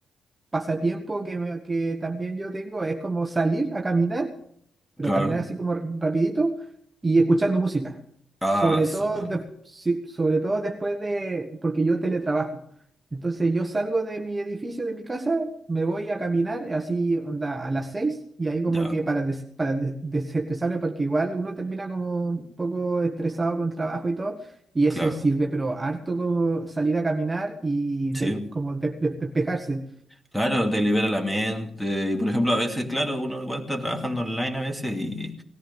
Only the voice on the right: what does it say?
pasatiempo que, me- que también yo tengo es como salir a caminar, pero
caminar así como rapidito y escuchando música.
Sobre
todo, de- sí, sobre todo después de, porque yo teletrabajo. Entonces yo salgo de mi edificio, de mi casa, me voy a caminar así onda, a las seis y ahí como
que para, des- para des- desestresarme porque igual uno termina como un poco estresado con trabajo y todo y eso
sirve pero harto como salir a caminar y
de- como de- de- despejarse.